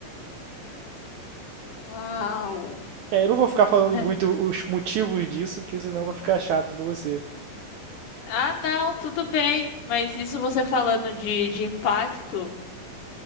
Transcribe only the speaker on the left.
Uau.
<laughs>
Ah, não, tudo bem, mas isso você falando de, de impacto